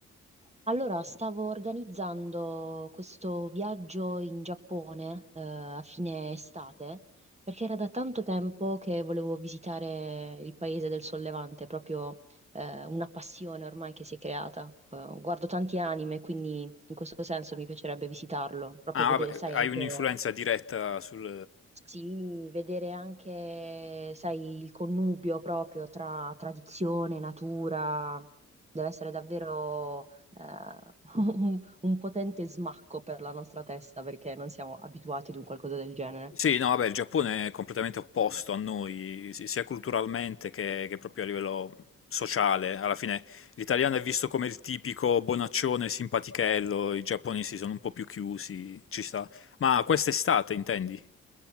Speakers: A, on the right (about 20°); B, on the left (about 45°).
A: Allora, stavo organizzando questo viaggio in Giappone, eh, a fine estate, perché era da tanto tempo che volevo visitare il paese del Sol Levante, proprio, eh, una passione ormai che si è creata. Eh, guardo tanti anime, quindi in questo senso mi piacerebbe visitarlo, proprio
B: Ah,
A: vedere,
B: vabbè,
A: sai,
B: hai
A: anche
B: un'influenza diretta sul...
A: sì, vedere anche, sai, il connubio proprio tra tradizione, natura, deve essere davvero eh, <laughs> un, un potente smacco per la nostra testa perché non siamo abituati ad un qualcosa del genere.
B: Sì, no, vabbè, il Giappone è completamente opposto a noi, si- sia culturalmente che, che proprio a livello sociale. Alla fine l'italiano è visto come il tipico bonaccione simpatichello, i giapponesi sono un po' più chiusi, ci sta. Ma quest'estate intendi?